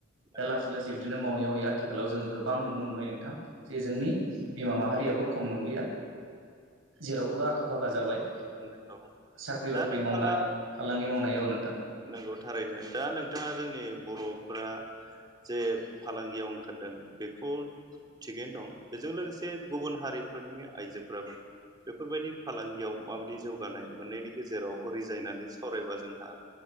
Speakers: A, on the right; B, on the right.
A: नंगौ
B: दा लासै लासै बिदिनो मावै मावै आथिखालाव जोङो गोबां नुनो मोनबाय नोंथां जे जोंनि बिमा माहारियाबो खम नंलिया जेरावबो आखा फाखा जाबाय
A: नंगौ नंगौ
B: साख्रि
A: दा
B: बाख्रि
A: नोंथाङा
B: मावनाय फालांगि मावनायावनो
A: नंगौ थारैनो दा नोंथाङा जोंनि बर'फोरा जे फालांगियाव ओंखारदों बेखौ थिगैनो दं बेजों लोगोसे गुबुन हारिफोरनि आइजो फोराबो बेफोरबायदि फालांगियाव माबायदि जौगानाय मोननायनि गेजेराव रिजायनानै सावरायबा जोंहा